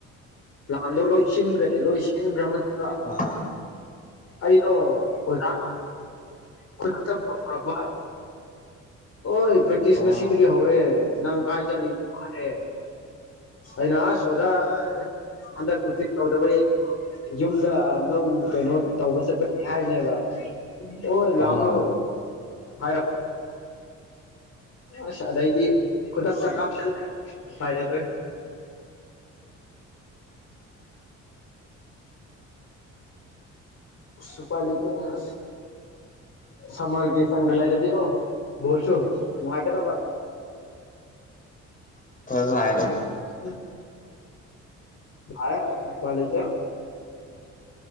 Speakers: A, on the left; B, on the left.
A: ꯂꯥꯟꯗꯣ ꯂꯣꯏꯁꯤꯟꯒ꯭ꯔꯦ ꯂꯣꯏꯁꯤꯟꯒ꯭ꯔꯦ ꯃ ꯄꯨ
B: ꯑꯍꯥ
A: ꯑꯩꯗꯣ ꯑꯣꯖꯥꯅ ꯈꯨꯗꯛꯇ ꯇꯧꯔꯛꯄ ꯍꯣꯏ ꯄ꯭ꯔꯦꯛꯇꯤꯁ
B: ꯑꯣ
A: ꯉꯁꯤꯗꯒꯤ ꯍꯧꯔꯦ ꯅꯪ ꯀꯥꯏ ꯆꯠꯂꯤꯅꯣꯔꯦ ꯑꯩꯅ ꯑꯁ ꯑꯣꯖꯥ ꯑꯟꯗꯛ ꯀꯨꯔꯇ ꯂꯧꯧꯗꯕ ꯌꯨꯝꯗ ꯂꯧ ꯀꯩꯅꯣ ꯇꯧꯕ ꯆꯠꯄꯒꯤ ꯍꯥꯏꯕꯅꯦꯕ ꯑꯣ ꯂꯥꯛꯀꯣ
B: ꯑꯍꯥ
A: ꯍꯥꯏꯔꯛ ꯑꯁ ꯑꯗꯥꯏꯗꯤ ꯈꯨꯇꯛꯇ ꯆ ꯀꯥꯞꯂ ꯎ ꯐꯥꯏꯗꯔꯤ ꯎꯐꯂꯤꯇꯅ ꯁꯜ ꯀ ꯁꯪꯒ ꯂꯥꯏꯔꯦꯗꯤ ꯀꯣ ꯣꯜꯁꯨꯣ ꯀꯦꯗ
B: ꯂꯥꯛꯑꯦ ꯑꯗꯨꯝ
A: ꯎ ꯃꯥ ꯄꯂ ꯀꯦ